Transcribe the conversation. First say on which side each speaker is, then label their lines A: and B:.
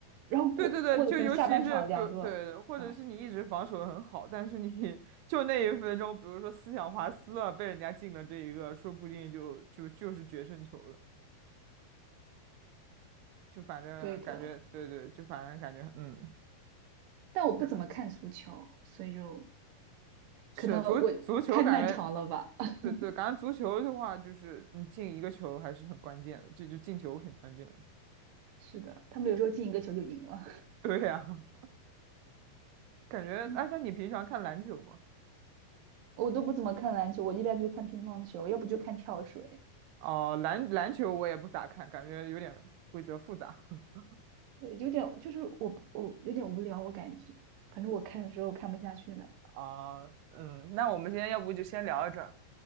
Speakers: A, on the right; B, on the right.
A: 然后过过了可能下半场两个，
B: 对对对，就尤其是比如对对，对或者是你一直防守得很好，
A: 这样
B: 但是你 <laughs> 就那一分钟，比如说思想滑丝了，被人家进了这一个，说不定就就就是决胜球了。就反正感觉，
A: 对的。
B: 对对，就反正感觉，嗯。
A: 但我不怎么看足球，
B: 是
A: 所以就
B: 是足足球感觉，
A: 可能我太漫长了吧。<laughs>
B: 对对，感觉足球的话，就是你进一个球还是很关键的，这就进球挺关键的。
A: 是的，他们有时候进一个球就赢了。
B: 对呀、<laughs> 感觉哎，
A: <laughs> 嗯，
B: 那你平常看篮球吗？
A: 我都不怎么看篮球，我一般就看乒乓球，要不就看跳水。
B: 哦，篮篮球我也不咋看，感觉有点规则复杂。<laughs>
A: 对，有点就是我我有点无聊，我感觉，反正我看的时候看不下去了。
B: 啊、嗯，那我们今天要不就先聊到这儿